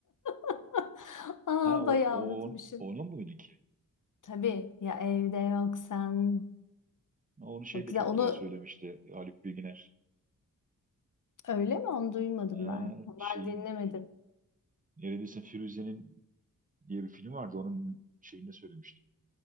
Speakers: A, on the left; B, on the right.
A: <laughs> Aa,
B: Ha o,
A: bayağı
B: o
A: unutmuşum.
B: on- onun muydu ki?
A: Tabii ya evde yoksan.
B: Onu şey
A: Çok
B: de
A: güzel.
B: çok
A: Onu
B: güzel söylemişti Haluk Bilginer.
A: öyle mi? Onu duymadım
B: Ha,
A: ben.
B: şeyin
A: Ben dinlemedim.
B: neredeyse Firuze'nin diye bir film vardı onun şeyinde söylemişti.